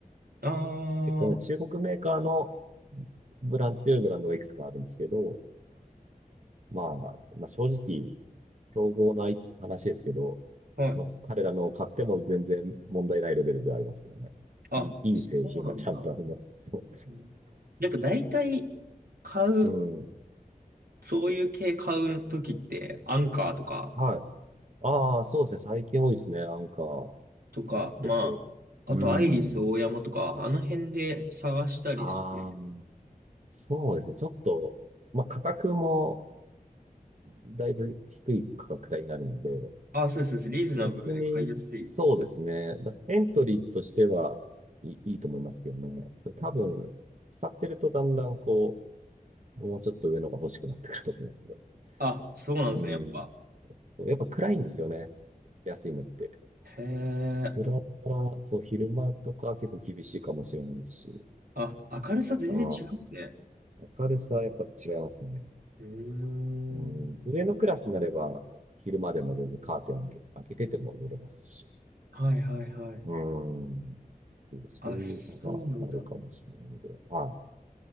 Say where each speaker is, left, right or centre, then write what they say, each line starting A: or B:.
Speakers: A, on the right (about 90°); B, on the right (about 55°).
A: ああ、
B: 結構ね、
A: はい、
B: 中国メーカーのブラン、強いブランドがいくつかあるんですけど、まあ、まあ、正直、競合ない話ですけど、
A: はい。
B: まあ、彼らのを買っても全然問題ないレベルではありますけどね。
A: あ、
B: いい、
A: そうなんだ。
B: いい製品がちゃんとあります。そ
A: うんなんか大体買う、
B: う。<laughs> うん。
A: そういう系買うときって、アンカーとか、
B: はい。ああ、そうですね。最近多いですね。アンカー
A: とか、
B: 持ってて。
A: まあ、
B: うん。
A: あとアイリスオーヤマとか、あの辺で探したりして。
B: ああ、そうですね。ちょっと、まあ、価格もだいぶ低い価格帯になるので、
A: ああ、そうです、そうです。リーズナブルで買いやすい。
B: 別に、そうですね。だエントリーとしてはいい、いいと思いますけどね。多分、
A: うん
B: 使ってるとだんだんこう、もうちょっと上のが欲しくなってくると思いますけど。
A: あ、そうなんですね、
B: うん。
A: やっぱ。
B: そう、やっぱ暗いんですよね。安いのって。
A: へえ。
B: 裏から、そう、昼間とか結構厳しいかもしれないし。
A: あ、明るさ全然違うんですね。
B: ああ、明るさはやっぱ違いますね。
A: うーん。
B: うん。上のクラスになれば、昼間でも全然カーテン開け、開けてても濡れますし。
A: はいはいはい。
B: うん。そういう差があるかもしれないけど、
A: あ、そうなんだ。
B: は